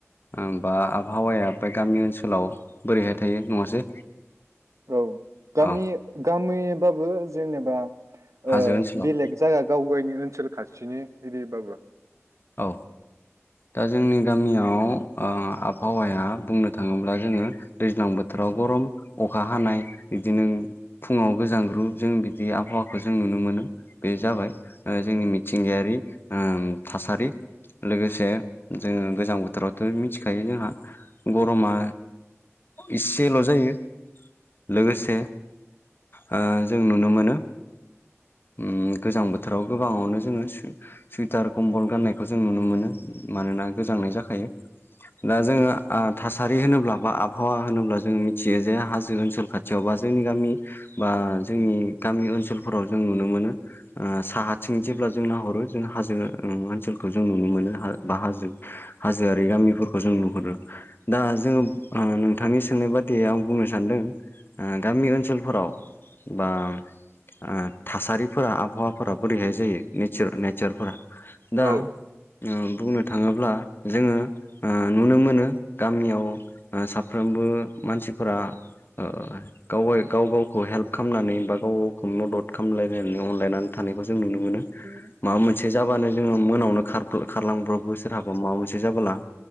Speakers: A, on the left (about 45°); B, on the right (about 85°).
A: ओ बा आबहावाया बे गामि ओनसोलाव बोरैहाय थायो नङासै
B: औ गामि
A: अ
B: गामिबाबो जेनेबा
A: हाजो
B: ओ
A: ओनसोलाव
B: बेलेग जायगा गावगायनि ओनसोल खाथिनि एरिबाबो
A: औ दा जोंनि गामियाव ओ आबहावाया बुंनो थाङोब्ला जोङो दैज्लां बोथोराव गरम अखा हानाय बिदिनो फुङाव गोजांग्रु जों बिदि आबहावाखौ जों नुनो मोनो बे जाबाय ओ जोंनि मिथिंगायारि ओम थासारि, लोगोसे जोङो गोजां बोथोरावथ' मिथिखायो जोंहा गरमा इसेल' जायो, लोगोसे ओ जों नुनो मोनो ओम गोजां बोथोराव गोबाङावनो जोङो सु-सुइटार कम्बल गाननायखौ जों नुनो मोनो। मानोना गोजांनाय जाखायो दा जोङो आ थासारि होनोब्ला बा आबहावा होनोब्ला जोङो मिथियो जे हाजो जों ओनसोल खाथियाव बा जोंनि गामि बा जोंनि गामि ओनसोलफोराव जों नुनो मोनो। ओ साहाथिं जेब्ला जों नाहरो जों हाजो ओ ओनसोलखौ जों नुनो मोनो बा हाजो हाजोआरि गामिफोरखौ जों नुहुरो। दा जोङो ओ नोंथांनि सोंनाय बादियै आं बुंनो सानदों ओ गामि ओनसोलफोराव बा ओ थासारिफोरा आबहावाफोरा बोरैहाय जायो नेचार नेचारफोरा दा
B: औ
A: ओ बुंनो थाङोब्ला जोङो ओ नुनो मोनो गामियाव ओ साफ्रोमबो मानसिफोरा ओ गावै गाव गावखौ हेल्प खालामनानै बा गाव गावखौ मदद खालामलायनानै अनलायनानै थानायखौ जों नुनो मोनो।
B: <inaudible>
A: माबा मोनसे जाबानो जोङो मोनायावनो खार खारलांब्रबो सोरहाबा माबा मोनसे जाबोला।